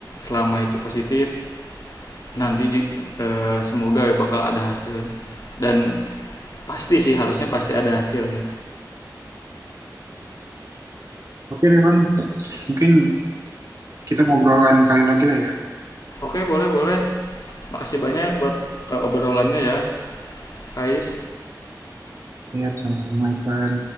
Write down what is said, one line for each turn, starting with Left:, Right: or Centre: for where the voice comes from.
Left: selama itu positif, nanti eh, semoga bakal ada hasilnya. Dan pasti sih harusnya pasti ada hasilnya.
Right: oke Devan mungkin kita ngobrolan kali lagi lah ya
Left: Oke, boleh boleh. Makasih banyak buat eh, obrolannya ya, Kais.
Right: Siap sama-sama Irfan.